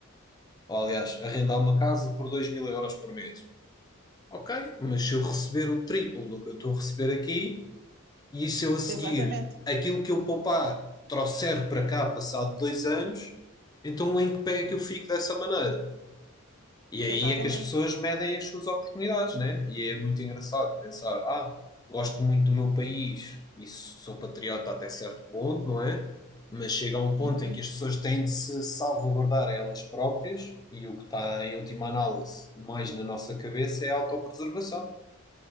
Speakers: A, on the left; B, on the right.
A: ou aliás, arrendar uma casa por dois mil euros por mês. Ok, mas se eu receber o triplo do que eu estou a receber aqui, e se eu a seguir
B: exatamente,
A: aquilo que eu poupar trouxer para cá passado dois anos, então em que pé é que eu fico dessa maneira? E aí
B: exatamente.
A: é que as pessoas medem as suas oportunidades, né? E é muito engraçado pensar, ah, gosto muito do meu país e sou patriota até certo ponto, não é? Mas chega a um ponto
B: Uhum,
A: em que as pessoas têm de se salvaguardar a elas próprias e o que está em última análise mais na nossa cabeça é a autopreservação.